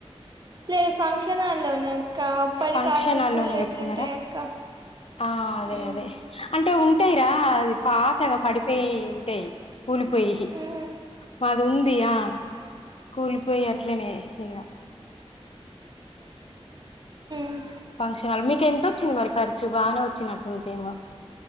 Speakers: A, on the right (about 40°); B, on the left (about 60°).
A: లేదు ఫంక్షన్ హాల్లోనే అక్క. అప్పటి
B: ఫంక్షన్
A: కాలం
B: హాల్లోనే
A: స్కూల్
B: పెట్టుకున్నారా
A: ఎట్లుంటాయి అక్క
B: ఆహ్ అదే
A: మ్
B: అదే అంటే ఉంటాయి రా అది. పాతగా పడిపోయి. ఉంటాయి కూలిపోయి
A: మ్
B: మాది ఉందియా కూలిపో పోయి అట్లానే ఇగ.
A: మ్
B: ఫంక్షన్ హాలు మీకు ఎంత వచ్చింది మరి ఖర్చు బాగానే వచ్చినట్టుందేమో